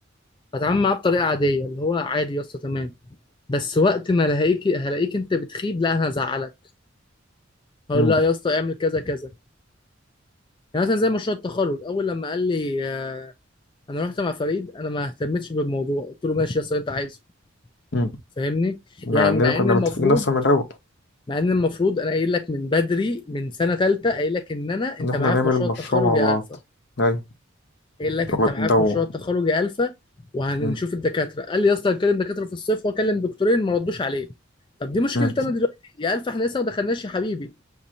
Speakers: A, on the left; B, on the left.
A: هتعامل معاه بطريقه عاديه اللي هو عادي يا اسطى تمام بس وقت ما الاقيك هلاقيك انت بتخيب لا انا هزعلك هقول
B: مم.
A: لا يا اسطى اعمل كذا كذا يعني مثلا زي مشروع التخرج اول لما قال لي آه، انا رحت مع فريد انا ما اهتمتش بالموضوع قلت له ماشي يا اسطى اللي انت عايزه
B: مم.
A: فاهمني
B: مع
A: يعني
B: اننا
A: مع
B: كنا
A: ان المفروض
B: متفقين اصلا من الاول
A: مع ان المفروض انا قايل لك من بدري من سنه ثالثه قايل لك ان انا انت
B: ان احنا
A: معايا
B: هنعمل
A: في مشروع
B: المشروع
A: التخرج
B: مع بعض
A: يا الفا
B: ايوه
A: قايل لك انت
B: هو
A: معايا
B: ده
A: في
B: هو.
A: مشروع التخرج يا الفا وهنشوف
B: مم.
A: الدكاتره قال لي يا اسطى هكلم دكاتره في الصيف واكلم دكتورين ما ردوش عليه طب دي مشكلتي
B: مم.
A: انا دلوقتي يا الفا احنا لسه ما دخلناش يا حبيبي